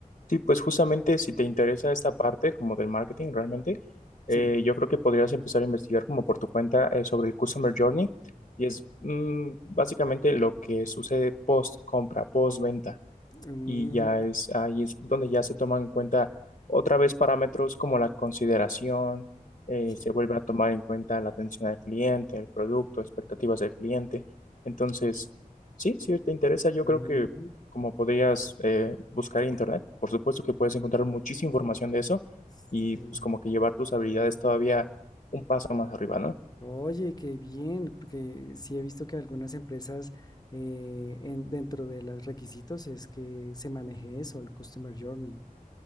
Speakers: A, on the left; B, on the left.
A: Sí, pues justamente si te interesa esta parte como del marketing realmente, eh,
B: Sí,
A: yo creo que podrías empezar a investigar como por tu cuenta eh, sobre el Customer Journey y es mm, básicamente lo que sucede post compra, post venta
B: mm,
A: y ya es ahí es donde ya se toman en cuenta otra vez parámetros como la consideración, eh,
B: sí,
A: se vuelve a tomar en cuenta la atención al cliente, el producto, expectativas del cliente. Entonces, sí, si te interesa, yo
B: sí,
A: creo que como podrías eh, buscar en internet, por supuesto que puedes encontrar muchísima información de eso
B: sí.
A: y pues como que llevar tus habilidades todavía un paso más arriba, ¿no?
B: Oye, qué bien, porque sí he visto que algunas empresas eh, en- dentro de los requisitos es que se maneje eso, el Customer Journey.